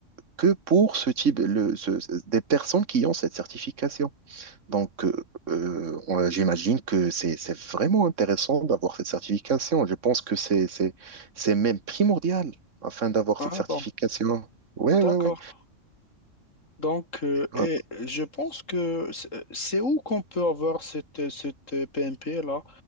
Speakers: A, on the right; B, on the left.
A: que pour ce type, le- ce- ce- des personnes qui ont cette certification. Donc, euh, euh, on- j'imagine que c'est, c'est vraiment intéressant d'avoir cette certification. Je pense que c'est, c'est, c'est même primordial afin d'avoir
B: Ah
A: cette certification.
B: bon
A: Ouais,
B: d'accord
A: ouais, ouais.
B: donc euh,
A: Ouais.
B: et je pense que c'est c'est où qu'on peut avoir cette cette PMP là?